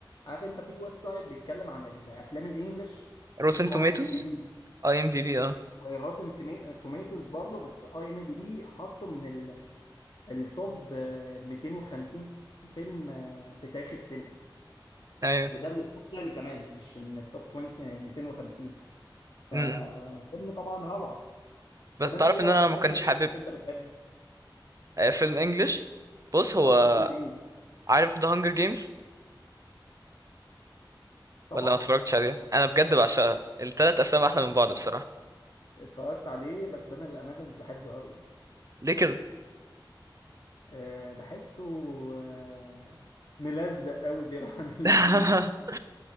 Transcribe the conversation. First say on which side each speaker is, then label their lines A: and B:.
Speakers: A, on the left; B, on the right.
A: عارف انت في ويب سايت بيتكلم عن الأفلام الإنجليش
B: روتن
A: اسمه
B: توميتوز
A: اي ام دي بي
B: اي ام دي بي اه
A: وروتن توميتوز برضه بس اي ام دي بي حطه من ال- التوب آه، 250 فيلم آه، في تاريخ السينما
B: ايوه
A: وده من التوب 10 كمان مش من التوب 20 آه، 250 ففيلم
B: امم إمم.
A: طبعا روعة
B: بس
A: طب انت
B: تعرف
A: ايه
B: ان
A: اكتر
B: انا ما
A: فيلم
B: كنتش
A: انجلش
B: حابب
A: انت بتحبه
B: آه، فيلم انجلش بص هو
A: اكتر فيلم انجلش
B: عارف ذا هانجر جيمز
A: طبعا
B: ولا ما اتفرجتش عليه انا بجد بعشقها التلات افلام احلى من
A: اتف-
B: بعض بصراحه
A: اتفرجت عليه بس انا للامانه مش بحبه قوي يعني
B: ليه كده
A: أه بحسه أه ملزق قوي زياده عن اللزوم
B: <laughs>